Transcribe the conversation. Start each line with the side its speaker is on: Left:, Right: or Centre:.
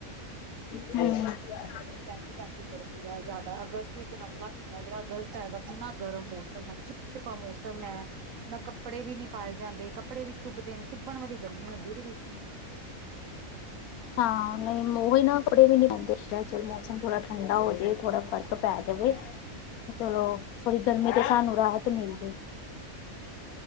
Left: <unintelligible>
Right: ਪਹਿੰਦੀ-ਪਹਿੰਦੀ ਗਰਮੀ ਐ ਜ਼ਿਆਦਾ, ਅਗਸਤ ਵਿੱਚ <unintelligible> ਪੰਦਰਾਂ ਅਗਸਤ ਹੈਗਾ, ਕਿੰਨਾ ਗਰਮ ਮੌਸਮ ਐ ਚਿਪ ਚਿਪਾ ਮੌਸਮ ਐ। ਨਾ ਕੱਪੜੇ ਵੀ ਨੀ ਪਾਏ ਜਾਂਦੇ, ਕੱਪੜੇ ਵੀ ਚੁਭਦੇ ਨੇ ਚੁੱਭਣ ਵਾਲੀ ਗਰਮੀ ਹੁੰਦੀ, ਉਹਦੇ ਵਿੱਚ
Left: ਹਾਂ, ਨੀ ਉਹੀ ਨਾ ਕੱਪੜੇ ਵੀ ਨੀ ਪੈਂਦੇ ਚਲ ਮੌਸਮ ਥੋੜਾ ਠੰਡਾ ਹੋ ਜੇ ਥੋੜਾ ਫਰਕ ਪੈ ਜਵੇ।
Right: ਹਾਂਜੀ-ਹਾਂਜੀ
Left: ਚਲੋ ਥੋੜੀ ਗਰਮੀ ਤੇ ਸਾਨੂੰ ਰਾਹਤ ਮਿਲ ਜੇ।
Right: <inaudible>